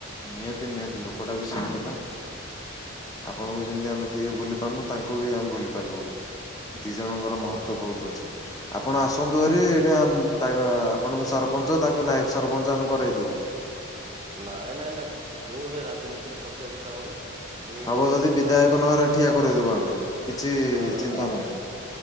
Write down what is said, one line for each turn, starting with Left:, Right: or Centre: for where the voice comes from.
Left: ନିହାତି, ନିହାତି, ଲୋକଟା ବି ସେମିତି ନା। ଆପଣଙ୍କୁ
Right: ହୁଁ
Left: ଯେମିତି ଆମେ କିଏ ବି ଭୁଲି ପାରୁନୁ। ତାଙ୍କ କୁ ବି ଆମେ ଭୁଲି ପାରିବୁନୁ। ଦି ଜଣଙ୍କର
Right: ହଁ
Left: ମହତ୍ଵ
Right: ହଁ
Left: ବହୁତ ଅଛି। ଆପଣ ଆସନ୍ତୁ ହେରି। ଏଇଠି ଆମ ତାଙ୍କ ଆ, ଆପଣଙ୍କୁ ସରପଞ୍ଚ, ତାଙ୍କୁ ନାୟକ ସରପଞ୍ଚ ଆମେ କରେଇଦବୁ।
Right: ନାଇଁ, ନାଇଁ, ନାଇଁ, ମୁଁ ସେ ରାଜନୀତିରେ ପଶିବାକୁ ଚାହୁଁନି। ମୁଁ
Left: ହବ ଯଦି ବିଧାୟକ
Right: ଶାନ୍ତି
Left: ନହଲେ ଠିଆ କରେଇଦବୁ ଆମେ। କିଛି
Right: ନା ନା
Left: ଚିନ୍ତା
Right: ନା ନା
Left: ନାହିଁ।